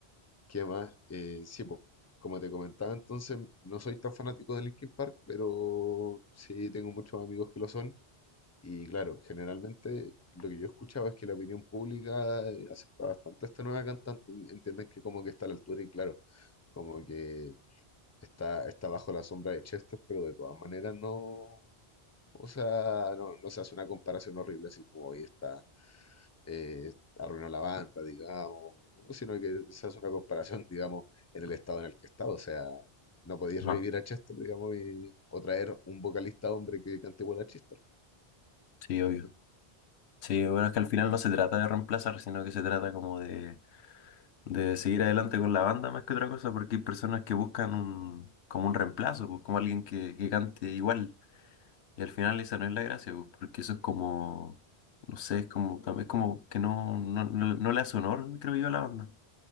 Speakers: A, on the left (about 20°); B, on the left (about 85°).
A: ¿qué más? Eh, sí, pues, como te comentaba, entonces no soy tan fanático de Linkin Park, pero sí tengo muchos amigos que lo son. Y claro, generalmente lo que yo escuchaba es que la opinión pública eh, acepta bastante a esta nueva cantante, entienden que como que está a la altura y claro, como que está, está bajo la sombra de Chester, pero de todas maneras no, o sea, no, no se hace una comparación horrible así como hoy está, eh, arruinó la banda, digamos, ¿no? Sino que se hace una comparación, <laughs> digamos, en el estado en el que está, o sea, no podéis
B: Ajá,
A: revivir a Chester, digamos, y, o traer un vocalista hombre que cante igual a Chester,
B: sí,
A: ¿entendí?
B: obvio. Sí, bueno, es que al final no se trata de reemplazar, sino que se trata como de de seguir adelante con la banda más que otra cosa, porque hay personas que buscan un, como un reemplazo, pues como alguien que, que cante igual. Y al final esa no es la gracia, pues, porque eso es como, no sé, es como, también es como que no, no, no, no le hace honor, creo yo, a la banda.